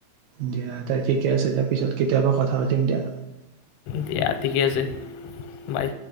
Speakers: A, on the right; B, on the left.
A: দিয়া তাই ঠিকে আছে দিয়া পিছত কেতিয়াবা কথা পাতিম দিয়া।
B: দিয়া ঠিকে আছে বাই,